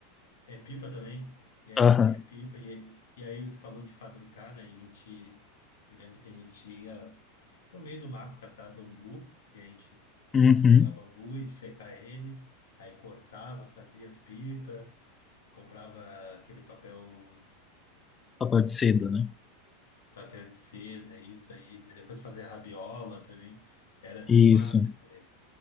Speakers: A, on the left (about 60°); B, on the left (about 20°).
A: É pipa também? É,
B: Aham.
A: aqui é pipa. E, e aí tu falou de fabricar, né? E a gente. Me lembro que a gente ia no meio do mato catar bambu. E a gente
B: Uhum.
A: tinha que pegar bambu e secar ele. Aí cortava, fazia as pipas. Comprava aquele papel.
B: Papel
A: né,
B: de seda, né?
A: papel de seda, isso aí. Aí Depois fazia rabiola também. Era bem
B: Isso.
A: massa, cara.